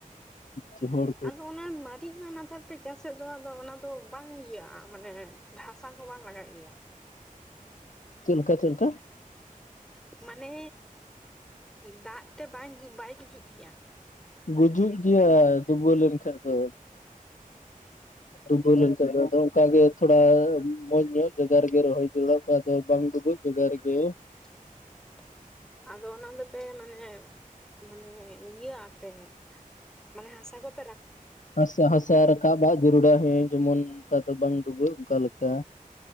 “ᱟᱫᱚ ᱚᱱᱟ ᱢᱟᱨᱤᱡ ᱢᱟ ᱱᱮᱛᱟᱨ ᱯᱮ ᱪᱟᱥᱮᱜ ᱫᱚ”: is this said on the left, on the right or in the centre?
Centre